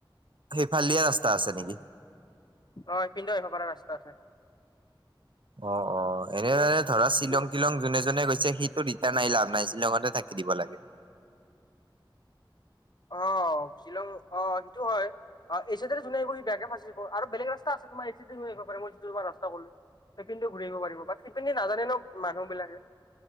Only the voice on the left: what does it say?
অ এইপিনেদিও আহিব পাৰা ৰাস্তা আছে।
সেইখিনি
অ, শ্বিলং অ, সেইটো হয়। অ, এইচাইদি যোনে আহিব সি বেয়াকে ফচিব বেলেগ ৰাস্তা আছে তোমাৰ এইছিদে লৈ আহিব পাৰে মই তোমাৰ যিটো ৰাস্তা কলো। হেইপিনেদিও ঘূৰিব পাৰিব বাত সেইপিনি দি নাজানে ন, মানুহ বিলাকে।